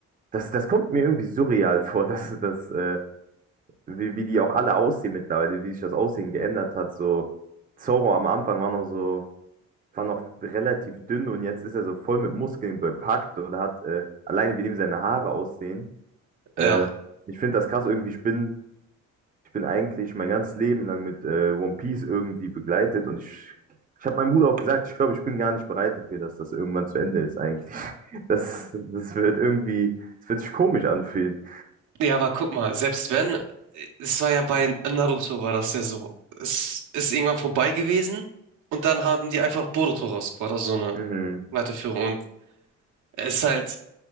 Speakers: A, on the right; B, on the right.
A: das, das kommt mir irgendwie surreal <laughs> vor, dass das, äh, wie, wie die auch alle aussehen mittlerweile, wie sich das Aussehen geändert hat. So, Zoro am Anfang war noch so, war noch relativ dünn und jetzt ist er so voll mit Muskeln bepackt und hat äh, alleine wie dem seine Haare aussehen.
B: Ja.
A: Äh, ich finde das krass, irgendwie, ich bin ich bin eigentlich mein ganzes Leben lang mit äh, One Piece irgendwie begleitet und ich, ich habe meinem Bruder auch gesagt, ich glaube, ich bin gar nicht bereit dafür, dass das irgendwann zu Ende ist eigentlich. <laughs> Das, das wird irgendwie, es wird sich komisch anfühlen.
B: Ja, aber guck mal, selbst wenn, es war ja bei Naruto war das ja so. Es ist irgendwann vorbei gewesen und dann haben die einfach Boruto rausgebracht, also so eine
A: Mhm.
B: Weiterführung. Und es ist halt,